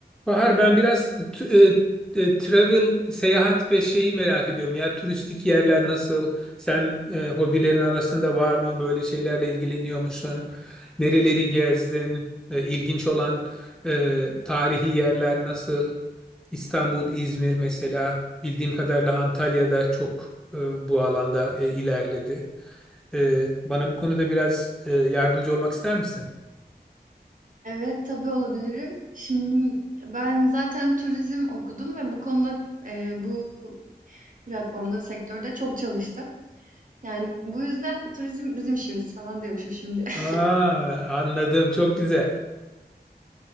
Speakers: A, in the centre; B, on the right.
A: Bahar ben biraz t- e, e, travel, seyahat ve şeyi merak ediyorum. Ya turistik yerler nasıl? Sen e, hobilerin arasında var mı? Böyle şeylerle ilgileniyor musun? Nereleri gezdin? E, ilginç olan e, tarihi yerler nasıl? İstanbul, İzmir mesela. Bildiğim kadarıyla Antalya'da çok e, bu alanda e, ilerledi. E, bana bu konuda biraz e, yardımcı olmak ister misin?
B: Evet, tabii olabilirim. Şimdi ben zaten turizm okudum ve bu konuda e, bu platformda, sektörde çok çalıştım. Yani bu yüzden turizm bizim işimiz falan diyormuşum şimdi. <laughs>
A: Aa, anladım. Çok güzel.